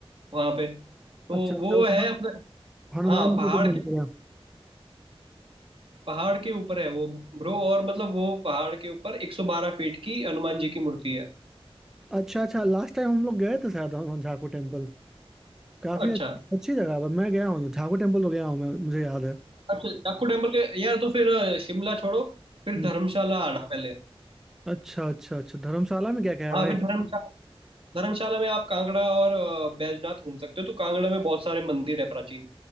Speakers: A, on the right; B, in the centre.
A: वहां पे तो
B: अच्छा अच्छा
A: वो
B: वो
A: है
B: ना
A: मतलब
B: हनुमान
A: हाँ पहाड़
B: जी को मिल
A: के
B: गया
A: पहाड़ के ऊपर है वो ब्रो और मतलब वो पहाड़ के ऊपर 112 फीट की हनुमान जी की मूर्ति है
B: अच्छा अच्छा लास्ट टाइम हम लोग गए थे शायद वहाँ झाकू टेम्पल काफी
A: अच्छा
B: अच्छी अच्छी जगह है मैं गया हूँ झाकू टेम्पल तो गया हूँ मैं मुझे याद है
A: अच्छा डाकू टेम्पल के यार तो फिर अ, शिमला छोड़ो फिर
B: हम्म,
A: धर्मशाला आना पहले
B: अच्छा अच्छा अच्छा धर्मशाला में क्या क्या है
A: हाँ
B: भाई
A: फिर धर्मशाला धर्मशाला में आप कांगड़ा और अ, बैजनाथ घूम सकते हो तो कांगड़ा में बहुत सारे मंदिर है प्राचीन